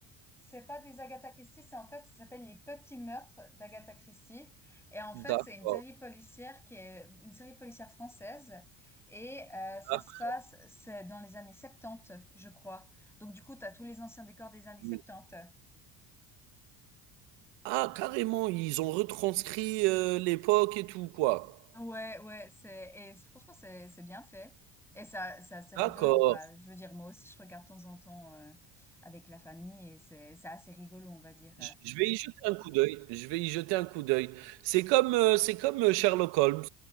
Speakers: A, in the centre; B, on the right (about 80°).
A: c'est pas des Agatha Christie, c'est en fait, ça s'appelle Les Petits Meurtres d'Agatha Christie. Et en fait,
B: D'accord.
A: c'est une série policière qui est une série policière française. Et euh, ça
B: Ah,
A: se passe, c'est dans les années 70, je crois. Donc du coup, tu as tous les anciens décors des années 70.
B: oui. Ah, carrément, ils ont retranscrit euh, l'époque et tout quoi.
A: Ouais, ouais, c'est et franchement, c'est c'est bien fait. Et ça, c'est assez rigolo.
B: D'accord.
A: Enfin, je veux dire, moi aussi, je regarde de temps en temps euh, avec la famille et c'est c'est assez rigolo, on va dire.
B: Je je vais y jeter un coup d'œil, je vais y jeter un coup d'œil. C'est comme, heu, c'est comme, heu, Sherlock Holmes,